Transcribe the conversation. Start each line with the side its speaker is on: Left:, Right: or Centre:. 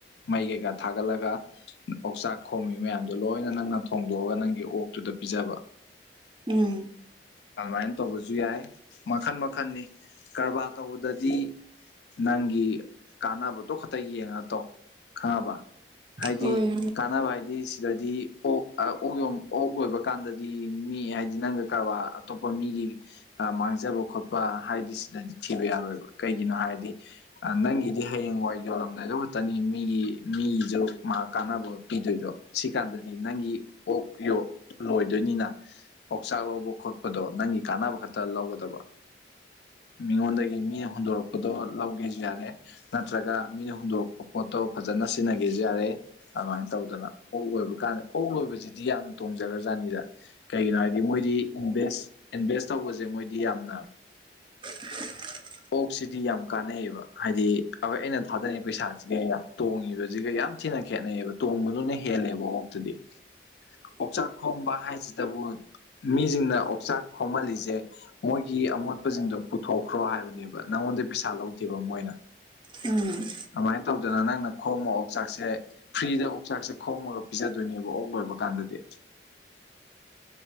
Left: ꯃꯩ ꯀꯩꯀꯥ ꯊꯥꯒꯠꯂꯒ ꯑꯣꯛꯆꯥꯛ ꯈꯣꯝꯃꯤ ꯃꯌꯥꯝꯗꯣ ꯂꯣꯏꯅ ꯅꯪꯅ ꯊꯣꯡꯗꯣꯛꯑꯒ ꯅꯪꯒꯤ ꯑꯣꯛꯇꯨ ꯗ ꯄꯤꯖꯕ
Right: ꯎꯝ
Left: ꯑꯗꯨꯃꯥꯏꯟ ꯇꯧꯕꯨꯁꯨꯨ ꯌꯥꯥꯏ ꯃꯈꯟ ꯃꯈꯟꯅꯤ ꯀꯔꯕꯥꯔ ꯇꯧꯕꯗꯗꯤ ꯅꯪꯒꯤ ꯀꯥꯟꯅꯕꯗꯣ ꯈꯛꯇ ꯌꯦꯡꯉ ꯇꯧ ꯈꯪꯉꯕ ꯍꯥꯏꯗꯤ
Right: ꯍꯣꯏ
Left: ꯀꯥꯟꯅꯕ ꯍꯥꯏꯗꯤ ꯁꯤꯗꯗꯤ ꯑꯣꯛ ꯑꯣꯛ ꯌ ꯑꯣꯛ ꯂꯣꯏꯕ ꯀꯥꯟꯗꯗꯤ ꯃꯤ ꯍꯥꯏꯗꯤ ꯅꯪꯒ ꯀꯔꯕꯥꯔ ꯑꯇꯣꯞꯄ ꯃꯤꯒꯤ <unintelligible> ꯖꯕ ꯈꯣꯠꯄ ꯍꯥꯏꯗꯤ ꯁꯤꯗꯗꯤ ꯊꯤꯕ ꯌꯥꯔꯣꯏꯕ ꯀꯩꯒꯤꯅꯣ ꯍꯥꯏꯔꯗꯤ ꯑꯥ ꯅꯪꯒꯤꯗꯤ ꯍꯌꯦꯡꯋꯥꯏ ꯌꯣ ꯂꯝꯗꯥꯏꯗꯨ ꯉꯠꯇꯅꯤ ꯃꯤꯒꯤ ꯃꯤꯒꯤꯖꯨꯛ ꯃꯥ ꯀꯥꯟꯅꯕ ꯄꯤꯗꯣꯏꯗꯣ ꯁꯤ ꯀꯥꯟꯗ ꯗꯤ ꯅꯪꯒꯤ ꯑꯣꯛ ꯄꯤꯌꯣ ꯂꯣꯏꯗꯣꯏꯅꯤꯅ ꯑꯣꯥꯛꯆꯥꯛ ꯂꯧꯕ ꯈꯣꯠꯄꯗꯣ ꯅꯪꯒꯤ ꯀꯥꯟꯅꯕ ꯈꯛꯇ ꯂꯧꯒ ꯇꯕ ꯃꯤꯉꯣꯟꯗꯒꯤ ꯃꯤꯅ ꯍꯨꯟꯗꯣꯔꯛꯄꯗꯣ ꯂꯧꯒꯦ ꯌꯥꯔꯦ ꯅꯠꯇ꯭ꯔꯒ ꯃꯤꯅ ꯍꯨꯟꯗꯣꯔꯛꯄ ꯄꯣꯠꯇꯣ ꯐꯖꯅ ꯁꯤꯟꯅꯒꯦꯁꯨ ꯌꯥꯔꯦ ꯑꯗꯨꯃꯥꯏꯟ ꯇꯧꯗꯅ ꯑꯣꯛ ꯂꯣꯏꯕ ꯀꯥꯟꯗ ꯑꯣꯛ ꯂꯣꯏꯕꯁꯤꯗꯤ ꯌꯥꯝꯅ ꯇꯣꯡꯖꯈ꯭ꯔꯖꯥꯅꯤꯗ ꯀꯩꯒꯤꯅꯣ ꯍꯥꯏꯗꯤ ꯃꯣꯏꯗꯤ ꯏꯟꯚꯦꯁ ꯏꯟꯚꯦꯁ ꯇꯧꯕꯁꯦ ꯃꯣꯏꯗꯤ ꯌꯥꯝꯅ
Right: <inaudible>
Left: ꯑꯣꯛꯁꯤꯗꯤ ꯌꯥꯝ ꯀꯥꯟꯅꯩꯑꯦꯕ ꯍꯥꯏꯗꯤ ꯑꯣꯏ ꯑꯩꯅ ꯊꯥꯗꯔꯤ ꯄꯩꯁꯥꯁꯤꯒ ꯌꯥ ꯇꯣꯡꯉꯤꯕꯁꯤꯒ ꯌꯥꯝ ꯊꯤꯅ ꯈꯦꯠꯅꯩꯌꯦꯕ ꯇꯣꯡꯕꯗꯨꯅ ꯍꯦꯜꯂꯦꯕ ꯑꯣꯛꯇꯗꯤ ꯑꯣꯛꯆꯥꯛ ꯈꯣꯝꯕ ꯍꯥꯏꯁꯤꯗꯕꯨ ꯃꯤꯁꯤꯡꯅ ꯑꯣꯛꯆꯥꯛ ꯈꯣꯝꯍꯜꯂꯤꯁꯦ ꯃꯣꯏꯒꯤ ꯑꯃꯣꯠꯄꯁꯤꯡꯗꯣ ꯄꯨꯊꯣꯛꯈ꯭ꯔꯣ ꯍꯥꯏꯕꯅꯦꯕ ꯅꯪꯉꯣꯟꯗ ꯄꯩꯁꯥ ꯂꯧꯗꯦꯕ ꯃꯣꯏꯅ
Right: ꯎꯝ
Left: ꯑꯗꯨꯃꯥꯏꯅ ꯇꯧꯗꯅ ꯅꯪꯅ ꯈꯣꯝꯃꯣ ꯑꯣꯛꯆꯥꯛꯁꯦ ꯐ꯭ꯔꯤꯗ ꯑꯣꯛꯆꯥꯛꯁꯦ ꯈꯣꯝꯃꯒ ꯄꯤꯖꯗꯣꯏꯅꯦꯕ ꯑꯣꯛ ꯂꯣꯏꯕ ꯀꯥꯟꯗ ꯀꯥꯟꯗꯗꯤ